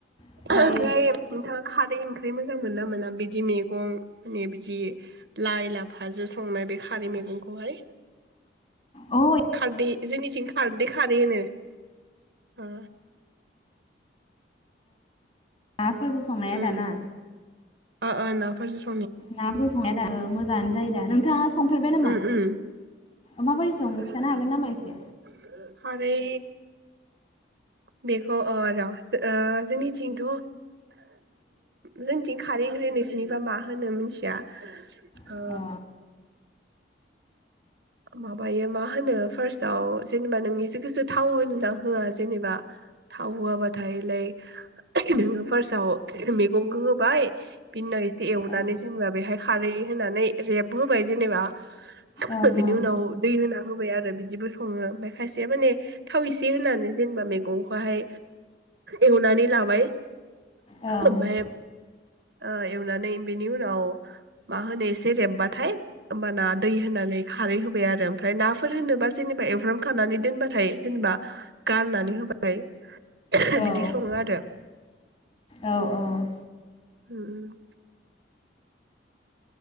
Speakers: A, on the left (about 35°); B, on the right (about 65°).
A: ओमफ्रायो
B: ओमफ्राय नोंथाङा खारै ओंख्रि मोन मोजां मोना मोना बिदि मैगं मे बिदि लाइ लाफाजों संनाय बे खारै मैगंखौहाय?
A: अ
B: खारदि जोंनिथिं खारदै खारै होनो आ
A: नाफोरजों संनाया
B: उम
A: दाना
B: ओ <unintelligible>
A: नाब्रो संनाय दा मोजाङानो जायोदा नोंथाङा संफेरबाय नामा
B: उ उ
A: माबोरै सङो
B: <inaudible>
A: खिन्थानो हागोन नामा एसे
B: खारै बेखौ ओ र' ओ जोंनिथिंथ' उ जोंनिथिं खारै होनो नोंसिनिबा मा होनो मिथिया ओ
A: अ
B: माबायो मा होनो फार्स्टआव जोंना नोंनिसो गोसो थाव होन ना होआ जेनेबा थाव होआबाथायलायक नोङो फार्स्टआव मैगंखौ होबाय बिनिनाव एसे एवनानै
A: ओं
B: जेनेबा बेहाय खारै होनानै रेब होबाय जेनेबा
A: ओं
B: थोर बिनि
A: ओं
B: उनाव दै होना होबाय आरो बिदिबो सङो ओमाय खायसेया माने थाव इसे होनानै जेनेबा मैगंखौहाय एवनानै लाबाय
A: औ
B: ओमबाय ओ एवनानै बेनि उनाव मा होनो एसे रेब्बाथाय होमबाना दै होनानै खारै होबाय आरो ओमफ्राय नाफोर होनोबा जेनेबा एवफ्राम खानानै दोनबाथाय जेनेबा गारनानै होबाथाय बिदि
A: औ
B: सङो आरो
A: औ औ
B: उ उ <inaudible>